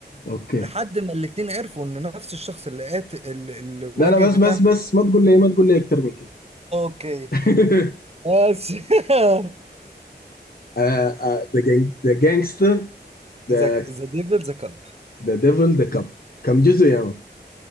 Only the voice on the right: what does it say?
لحد ما الاتنين عرفوا إن نفس الشخص اللي قاتل اللي اللي واجه
بتاعنا
اوكي
بس <laughs>
ذا ذا ديفل ذا كاب